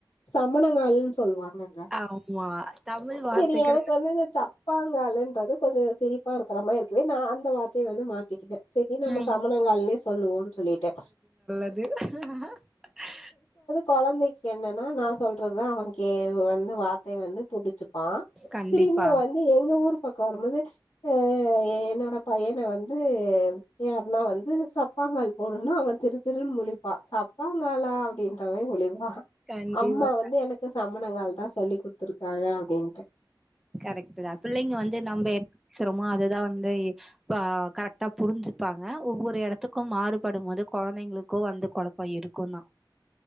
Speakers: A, on the left (about 65°); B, in the centre.
A: சம்மணங்கால்னு சொல்லுவா <unintelligible>
B: ஆமா. தமிழ் வார்த்தைகள்
A: செரி எனக்கு வந்து இந்த சப் ப்பாங்காலுன்றது கொஞ்ச சிரிப்பா இருக்கிற மாரி இருக்குது நா அந்த வார்த்தய வந்து மாத்திக்கிட்டே செரி நம்ப
B: ம்
A: சம்மணங்கால்னே சொல்லுவோம்னு சொல்லிட்டேன்
B: து
A: கொழந்தைக்கி என்னன்னா நா சொல்றதுதா அவன்கே வந்து வார்த்தைய வந்து புடிச்சு பா
B: கண்டிப்பா,
A: திரும்பியு வந்து எங்க ஊர் பக்கோ வரும்போது அ என்னோட பையன வந்து எ அப் ண்ணா வந்து சப்பாங்கால் போடுனா அவ திரு திருன் முளிப்பா சப்பாங்காலா அப்படின்ற மாரி முழிப்பா
B: கண்டிப்பா.
A: அம்மா வந்து எனக்கு சம்மணங்கால் தான் சொல்லி் குடுத்துருக்காங்க அப்டின்ட்டு
B: கரெக்ட் தான் பிள்ளைங்க வந்து நம்ப என்ன பேசுறோமோ அததான் வந்து இப்பா கரெக்டா புரிஞ்சுப்பாங்க ஒவ்வொரு எடத்துக்கும் மாறுபடும்போது கொழந்தைங்களுக்கு வந்து கொழப்ப இருக் இருக்கூ தான்